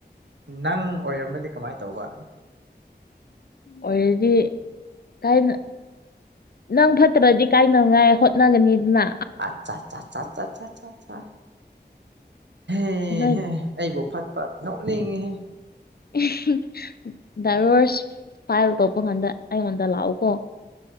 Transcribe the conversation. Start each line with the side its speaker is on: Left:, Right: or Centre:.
Right: ꯅꯪ ꯑꯣꯏꯔꯝꯃꯗꯤ ꯀꯃꯥꯏꯅ ꯇꯧꯕ
Left: ꯑꯣꯏꯔꯦꯗꯤ ꯥꯏ ꯅꯪ ꯐꯠꯇ꯭ꯔꯗꯤ ꯀꯥꯏꯅꯉꯥꯏ ꯍꯣꯠꯅꯒꯅꯤꯗꯅ
Right: ꯑꯆꯥꯆꯥ ꯍꯦꯍꯦ
Left: ꯅꯣꯏ
Right: ꯑꯩꯕꯨ ꯐꯠꯄ ꯅꯣꯛꯅꯤꯡꯉꯦꯍꯦ
Left: <unintelligible> ꯗꯥꯏꯚꯣꯔꯁ ꯐꯥꯏꯜ ꯇꯧꯄ ꯀꯥꯟꯗ ꯑꯩꯉꯣꯟꯗ ꯂꯥꯛꯎꯀꯣ